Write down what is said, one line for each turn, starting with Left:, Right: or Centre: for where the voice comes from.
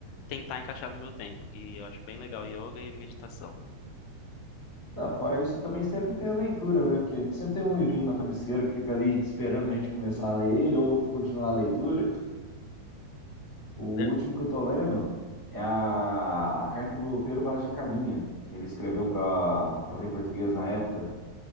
Left: tentar encaixar no meu tempo, que eu acho bem legal yoga e meditação.
Centre: Ah, fora isso, também sempre tem a leitura, né? Porque a gente sempre tem um livrinho na cabeceira que fica ali esperando a gente começar a ler ele ou continuar a leitura. O
Left: Ver-
Centre: último que eu tô lendo é a, a carta do Pero Vaz de Caminha, que ele escreveu para o Rei Português na época.